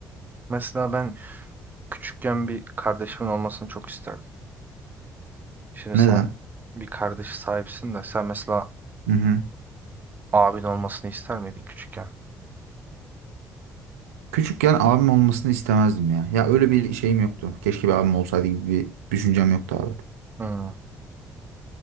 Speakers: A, on the right; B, on the right.
A: Mesela ben küçükken bir kardeşimin olmasını çok isterdim. Şimdi
B: Neden?
A: sen bir kardeş sahipsin de sen mesela
B: Hı hı.
A: abin olmasını ister miydin küçükken?
B: Küçükken abim olmasını istemezdim ya. Ya öyle bir şeyim yoktu. Keşke bir abim olsaydı gibi bir düşüncem yoktu abi.
A: Hmm.